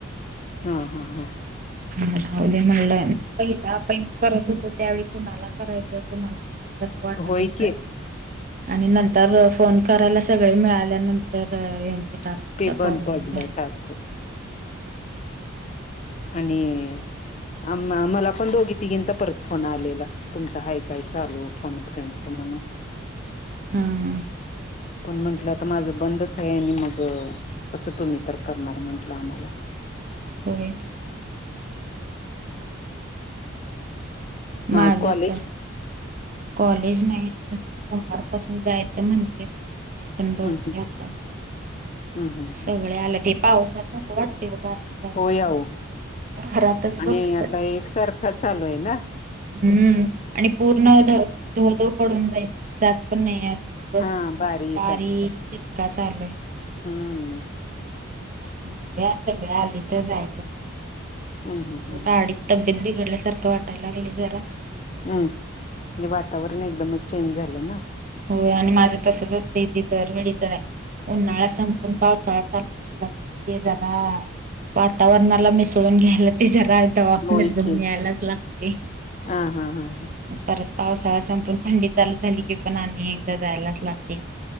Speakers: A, on the left (about 35°); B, on the right (about 40°).
A: हा हा हा
B: मलाद्या म्हणलंय पहिला पहि करत होतो त्यावेळी कुणाला करायचं कुणाला करायचं कसं वाटतुच
A: होय की
B: आणि नंतर फोन करायला सगळे मिळाल्यानंतर यांचे टास्
A: ते बंद
B: प्रॉब्लेम
A: पडलं
B: झाला
A: टास्कच आणि आ मला पण दोघी तिघींचा परत फोन आलेला तुमचा हा काय चालू फण फ्रेंडच म्हणून
B: हा हा
A: पण म्हंटलं आता माझं बंदच आहे. आणि मग कसं तुम्ही तर करणार म्हंटलं आम्हाला.
B: होयच
A: म
B: माझ
A: आज कॉलेज
B: तर कॉलेज नाही सोमवारपासून जायच म्हणते पण बघ
A: हम्म हम्म
B: आता
A: हम्म हम्म
B: सगळे
A: हम्म
B: आलं ते पावसात नाक वाटते बघहेर जायला
A: होय अहो
B: घरातच
A: आणि
B: बसतात
A: आता एकसारखा चालू आहे ना
B: हम्म आणि पूर्ण धो धो पडून जाय जात पण नाही अस सोबत
A: हा
B: बारीक
A: आहे
B: च काय चाललंय
A: हम्म
B: <inaudible> सगळ आली तर जायचंट
A: हम्म हम्म हम्म
B: अडी तब्येत बिघडल्या सर्क वाटायला अल् जरा
A: हम्म म्हणजे वातावरण एकदमच चेंज झालं ना
B: हो आणि माझं तसच असतं इथे तर वेळीचं आहे उन्हाळा संपून पावसाळा चालू झाला कि ते जरा वातावरणाला मिसळून घ्यायला ति ज रायता वाद
A: होय
B: झोनी
A: की
B: यायलाच लागते
A: हा हा हा
B: परत पावसाळा संपून थंडी चालू झाली की पण आणि् एकदा जायलाच लागते ती